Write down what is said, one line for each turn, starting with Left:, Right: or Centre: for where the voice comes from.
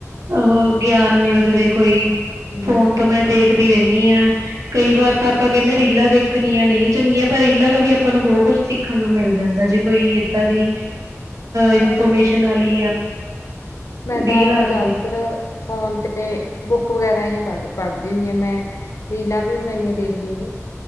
Right: ਉਹ ਗਿਆਨ ਮਿਲ ਜਾਵੇ ਕੋਈ
Left: ਹੂੰ
Right: ਫੋਨ ਤੋਂ ਮੈਂ ਦੇਖ ਖਦੀ ਰਹਿੰਦੀ ਹਾਂ। ਕਈ ਵਾਰ ਤਾਂ ਆਪਾਂ ਕਹਿੰਦੇ ਰੀਲਾਂ ਦੇਖਣੀਆਂ ਨਹੀਂ ਚੰਗੀਆਂ ਪਰ ਰੀਲਾਂ ਤੋ ਵੀ ਆਪਾਂ ਨੂੰ ਬਹੁਤ ਕੁਛ ਸਿੱਖ ਖਣ ਨੂੰ ਮਿਲ ਜਾਂਦਾ ਜੇ ਕੋਈ ਏਦਾਂ ਦੀ ਇਨਫੋਰਮੇਸ਼ਨ ਵਾਲੀ
Left: ਮੈਂ
Right: ਰੀਲ
Left: ਤਾਂ
Right: ਆ
Left: ਜ਼ਿਆਦਾਤਰ
Right: ਜਾਵੇ
Left: ਫੋਨ ਤੇ ਬੁੱਕ ਵਗੈਰਾ ਪੜ ਪੜ੍ਹਦੀ ਹੁੰਨੀ ਹਾਂ ਮੈਂ, ਰੀਲਾਂ ਵੀ ਹੁਣ ਇੰਨੀ ਦੇਖਦੀ ਨੀ